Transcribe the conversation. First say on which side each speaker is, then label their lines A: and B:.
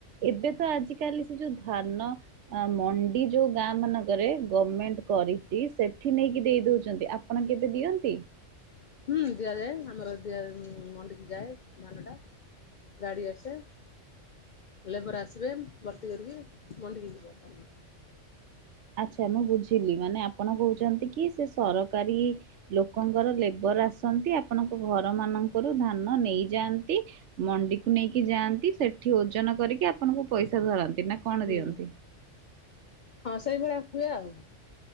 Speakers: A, on the right; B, on the left.
A: ଏବେତ ଆ ଆଜି କାଲି ସେଯୋଉ ଧାନ ଅଁ ମଣ୍ଡି ଯୋଉ ଗାଁ ମାନ କରେ ଗମେଣ୍ଟ କରିଚି ସେଠି ନେଇକି ଦେଇ ଦଉଚନ୍ତି ଆପଣ କେବେ ଦିଅନ୍ତି?
B: ହୁଁ ଦିଆଯାଏ ଆମର ଆ ମଣ୍ଡିିକି ଯାଏ ଧାନଟା ଗାଡ଼ି ଆସେ ଲେବର ଆସିବେ ଭର୍ତ୍ତି କରିକି ମଣ୍ଡିକି ଯିବ ଧାନ।
A: ଆଚ୍ଛା ମୁଁ ବୁଝିଲି ମାନେ ଆପଣ କହୁଚନ୍ତିକି ସେ ସରକାରୀ ଲୋକଙ୍କର ଲେବର ଆସନ୍ତି ଆପଣଙ୍କ ଘର ମାନଙ୍କରୁ ଧାନ ନେଇଯାଆନ୍ତି ମଣ୍ଡିକୁ ନେଇକି ଯାଆନ୍ତି ସେଠି ଓଜନ କରିକି ଆପଣଙ୍କୁ ପଇସା ଧରନ୍ତି ନା କଣ
B: ହୁଁ
A: ଦିଅନ୍ତି?
B: ହଁ ସେଇ ଭଳିଆ ହୁଏ ଆଉ।